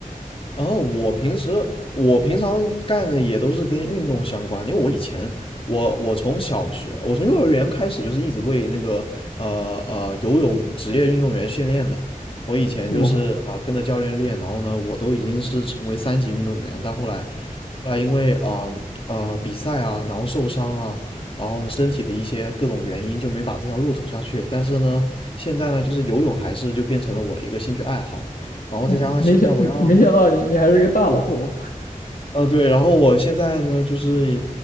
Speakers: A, on the left; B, on the left.
A: 哦，我平时我平常干的也都是跟运动相关的因为我以前我我从小学我从幼儿园开始就是一直为那个呃呃游泳职业运动员训练的。我以前就是啊、
B: 哇
A: 呃跟着教练练，然后呢我都已经是成为三级运动员，但后来后来因为嗯呃呃比赛啊，然后受伤啊，然后呢身体的一些各种原因就没把这条路走下去。但是呢现在呢就是游泳还是就变成了我的一个兴趣爱好，然后再加上现在我要。
B: 哇，没想没没想到你你还是个大佬哦，
A: 呃，对，然后我现在呢，就是